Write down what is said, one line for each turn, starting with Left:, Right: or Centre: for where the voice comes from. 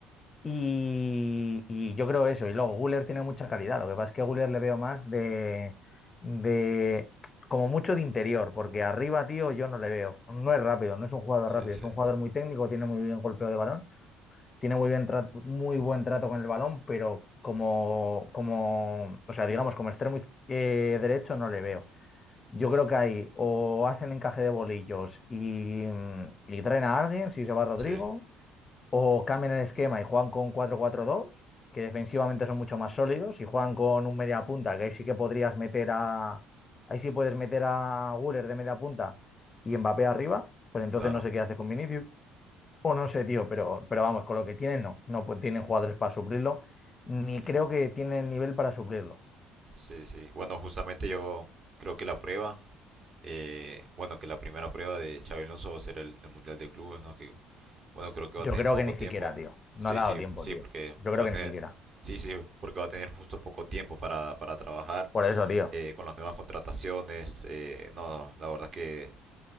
Left: Y, y yo creo eso. Y luego Guller tiene mucha calidad. Lo que pasa es que a Guller le veo más de, de como mucho de interior, porque arriba, tío, yo no le veo. No es rápido, no es un jugador
Right: Sí,
Left: rápido,
Right: sí.
Left: es un jugador muy técnico, tiene muy bien golpeo de balón, tiene muy bien tra- muy buen trato con el balón, pero como, como, o sea, digamos, como extremo eh, derecho no le veo. Yo creo que ahí o hacen encaje de bolillos y, mm, y traen a alguien, si se va Rodrigo,
Right: Sí,
Left: o cambian el esquema y juegan con cuatro cuatro dos que defensivamente son mucho más sólidos, y juegan con un media punta, que ahí sí que podrías meter a. Ahí sí puedes meter a Guller de media punta y Mbappé arriba, pues entonces
Right: claro.
Left: no sé qué hace con Vinicius. O no sé, tío, pero, pero vamos, con lo que tienen, no. No pu- tienen jugadores para suplirlo, ni
Right: Ujú,
Left: creo que tienen nivel para suplirlo.
Right: Sí, sí. Bueno, justamente yo creo que la prueba, eh, bueno, que la primera prueba de Xabi Alonso va a ser el, el Mundial de Clubes, ¿no? Que, bueno, creo que
Left: Yo
Right: va a tener
Left: creo
Right: poco
Left: que ni
Right: tiempo.
Left: siquiera, tío. No
Right: Sí,
Left: le ha
Right: sí,
Left: dado tiempo,
Right: sí,
Left: tío.
Right: porque
Left: Yo creo
Right: va a
Left: que
Right: tener,
Left: ni siquiera.
Right: sí, sí, porque va a tener justo poco tiempo para, para trabajar
Left: Por eso, tío.
Right: eh, con las nuevas contrataciones. eh, no, no, la verdad que